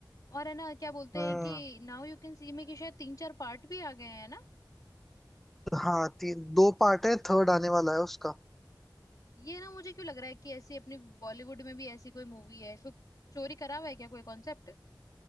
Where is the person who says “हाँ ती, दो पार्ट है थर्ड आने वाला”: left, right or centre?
Centre